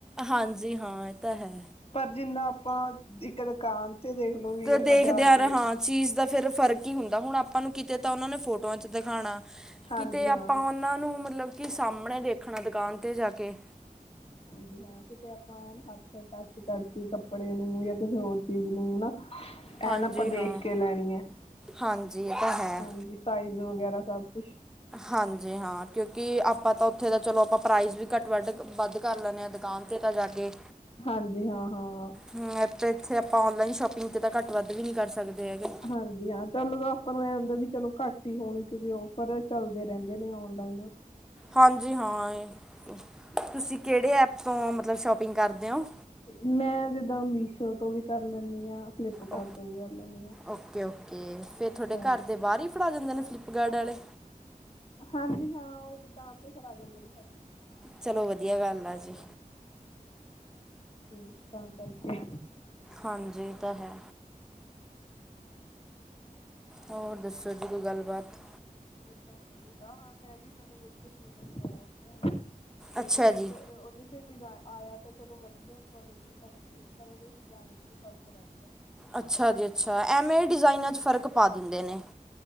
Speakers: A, in the centre; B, on the left (about 40°).
A: ਹਾਂਜੀ ਹਾਂ। ਇਹ ਤਾਂ ਹੈ।
B: ਪਰ ਜਿੰਨਾ ਆਪਾਂ ਇੱਕ ਦੁਕਾਨ ਤੇ ਦੇਖਲੋ ਵੀ
A: ਤੇ
B: ਆਪਾਂ
A: ਦੇਖਦੇ
B: ਜਾ
A: ਯਾਰ
B: ਕੇ
A: ਹਾਂ ਚੀਜ਼ ਦਾ ਫੇਿਰ ਫ਼ਰਕ ਹੀ ਹੁੰਦਾ ਹੁਣ ਆਪਾਂ ਨੂੰ ਤਾਂ ਉਹਨਾਂ ਨੇ ਫੋਟੋਆਂ ਚ ਦਿਖਾਉਣਾ
B: ਹਾਂਜੀ
A: ਕਿਤੇ ਆਪਾਂ
B: ਹਾਂ
A: ਉਹਨਾਂ ਨੂੰ ਮਤਲਬ ਕੀ ਸਾਹਮਣੇ ਦੇਖਣਾ ਦੁਕਾਨ ਤੇ ਜਾ ਕੇ।
B: ਹਾਂਜੀ ਹਾਂ। ਕਿਤੇ ਆਪਾਂ ਐ ਹੱਥ ਟੱਚ ਕਰਕੇ ਕੱਪੜੇ ਨੂੰ ਜਾਂ ਕਿਸੇ ਹੋਰ ਚੀਜ਼ ਨੂੰ ਹਨ ਐ
A: ਹਾਂਜੀ
B: ਨਾ ਆਪਾਂ ਦੇਖ
A: ਹਾਂ
B: ਕੇ ਲੈਣੀ ਹੈ
A: ਹਾਂਜੀ ਇਹ ਤਾਂ ਹੈ
B: ਹਾਂਜੀ ਸਾਈਜ਼ ਵਗੈਰਾ ਸਭ ਕੁੱਛ
A: ਹਾਂਜੀ ਹਾਂ ਕਿਉਂਕਿ ਆਪਾਂ ਤਾਂ ਉੱਥੇ ਤਾਂ ਚਲੋ ਆਪਾਂ ਪ੍ਰਾਈਜ਼ ਵੀ ਘੱਟ, ਵੱਧ, ਵੱਧ ਕਰ ਲੈਂਦੇ ਹਾਂ। ਦੁਕਾਨ ਤੇ ਤਾਂ ਜਾਗੇ
B: ਹਾਂਜੀ ਹਾਂ ਹਾਂ
A: ਹਮ ਇੱਥੇ ਆਪਾਂ ਨਲਾਈ ਸ਼ੋਪਿੰਗ ਤੇ ਤਾਂ ਘੱ ਵੱਧ ਵੀ ਨ ਨਹੀਂ ਕਰ ਸਕਦੇ। ਹੈਗੇ
B: ਹਾਂਜੀ ਹਾਂ ਚੱਲ ਤਾਂ ਆਪਾਂ ਨੂੰ ਇਹ ਹੁੰਦਾ ਵੀ ਚਲੋ ਘੱਟ ਹੀ ਹੋਣੀ ਕਿਉਂਕਿ ਔਫਰ ਚੱਲਦੇ ਰਹਿੰਦੇ ਨੇ ਨਲਾਈਨ
A: ਹਾਂਜੀ ਹਾਂ ਤੁਸੀਂ ਕਿਹੜੇ ਐਪ ਤੋਂ ਮਤਲਬ ਸ਼ੋਪਿੰਗ ਕਰਦੇ ਹੋ
B: ਮੈਂ ਜਿੱਦਾਂ ਮੀਸ਼ੋ ਤੋਂ ਵੀ ਕਰ ਲੈਂਦੀ ਹਾਂ ਫਲਿੱਪਕਾਰਟ
A: ਓ
B: ਤੋਂ ਵੀ ਕਰ ਲੈਂਦੀ ਹਾਂ
A: ਓਕੇ ਓਕੇ ਫੇਰ ਤੁਹਾਡੇ
B: ਹਾਂਜੀ
A: ਘਰ ਦੇ ਬਾਹਰ ਹੀ ਫੜਾ ਜਾਂਦੇ ਨੇਪ ਗਡਾਲੇ
B: ਹਾਂਜੀ ਹਾਂ ਉਹ ਦੁਕਾਨ ਤੇ ਖੁਲਾ ਜਾਂਦੇ ਨੇ ਸਾਡੀ ਤੇ
A: ਚਲੋ ਵਧੀਆ ਗੱਲ ਆ ਜੀ
B: ਫ ਤਾਂ ਕਰਕੇ
A: ਹਾਂਜੀ ਤਾਂ ਹੈ ਹੋਰ ਦੱਸੋ ਜੀ ਕੋਈ ਗੱਲਬਾਤ।
B: ਹੋਰ ਬਸ ਵਧੀਆ ਹਾਂ ਮੈਂ ਵੀ ਮਤਲਬ ਇੱਕ ਸੂਟ ਮੰਗਇਆ ਸੀਗਾ। ਤੇ
A: ਅੱਛਾ
B: ਉਹਦ
A: ਜੀ
B: ਉਹਦੇ ਫਿਰ ਡਿਜ਼ ਆਇਆ ਤਾਂ ਚਲੋ ਵਧੀਆ ਕੁਆਲਿਟੀ ਤਾਂ ਵਧੀਆ ਸੀ ਪਰ ਉਹਦੇ ਡਿਜ਼ਾਇਨ ਤੇ ਫ਼ਰਕ ਰਹਿ ਗਿਆ।
A: ਅੱਛਾ ਜੀ ਅ ਐਵੇਂ
B: ਹਾਂਜੀ
A: ਡਿਜ਼ਾਇਨਾਂ ਚ ਫ਼ਰਕ ਪਾ ਦਿੰਦੇ ਨੇ।